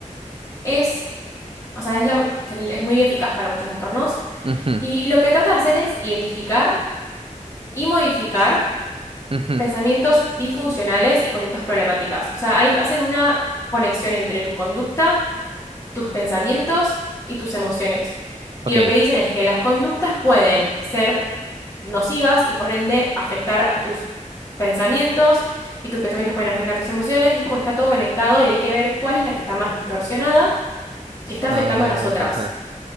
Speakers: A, on the left; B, on the right.
A: es, o sea, es, la- es muy eficaz para muchos trastornos
B: Ujú,
A: y lo que trata de hacer es identificar y modificar
B: ujú,
A: pensamientos disfuncionales y conductas problemáticas. O sea, ahí hacen una conexión entre tu conducta tus pensamientos y tus emociones.
B: Ok.
A: Y lo que dicen es que las conductas pueden ser nocivas y por ende afectar a tus pensamientos y tus pensamientos pueden afectar tus emociones. Y es como que está todo conectado y hay que ver cuál es la que está más distorsionada, que está
B: Ah,
A: afectando a las otras.
B: <laughs>